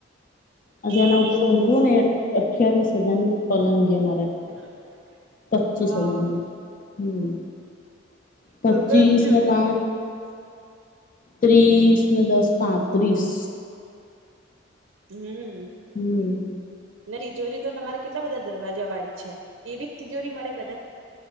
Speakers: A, on the left (about 40°); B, on the right (about 65°).
A: અજે
B: સરસ
A: એના ઉપર રંગુંને! અઠવીસ હજાર નું પલંગ મારે
B: <inaudible>
A: પચીસ
B: હા
A: હજારનો, હમ પચીસ
B: ખબર છે
A: ને પાંચ ત્રીસ ને દસ પાંત્રીસ
B: હમ
A: હમ
B: તીજોરી તો તમારે કેટલા બધા દરવાજા વાળી છે એવી જ તિજોરી મળે બધા